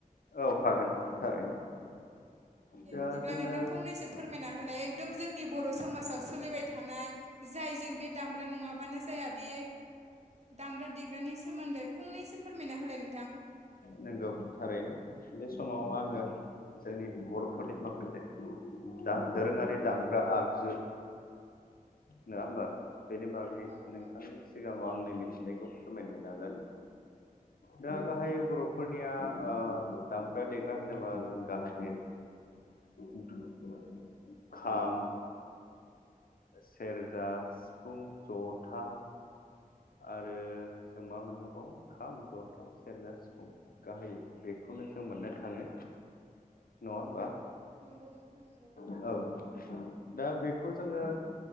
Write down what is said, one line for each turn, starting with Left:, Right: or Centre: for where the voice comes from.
Left: औ हागोन थारैनो
Right: दे
Left: दा
Right: बिदिब्ला
Left: जोङो
Right: नोंथां फंनैसो फोरमायना होलाय एकदम जोंनि बर' समाजाव सोलिबाय थानाय जायजों बे दामग्रा नङाबानो जाया बे दामग्रा देग्रानि सोमोन्दै फंनैसो फोरमायना होलाय नोंथां
Left: नंगौ थारैनो बे समाव आंङो जोंनि बर'फोरनि माखासे दा दोरोंङारि दामग्रा आगजु नोङा होमबा नोंथां बेनि बागै
Right: औ औ
Left: नोंथांनि
Right: नंगौ नोंथां
Left: सिगांङाव आंनि मिथिनायखौ फोरमायनो नाजानाय दा गाहायै बर'फोरनि जोंनिया ओ दामग्रा देग्रा होनोबा जों गाहायै <unintelligible> खाम सेरजा सिफुं ज'था आरो जों मा मोननो हाबावो खाम जथा सेरजा सिफुं गाहायै बेखौनो जों मोननो थांङो नङा होमबा
Right: नोंगौ नोंथां नोंगौ
Left: औ। दा बेखौ जोंङो